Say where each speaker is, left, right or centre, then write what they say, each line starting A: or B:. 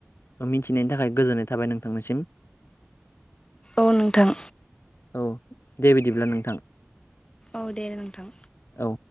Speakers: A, on the left; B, on the left.
A: मिथि नायनि थाखाय गोजोननाय थाबाय नोंथांनिसिम।
B: औ नोंथां।
A: औ दे बिदिब्ला नोंथां।
B: औ दे नोंथां।
A: औ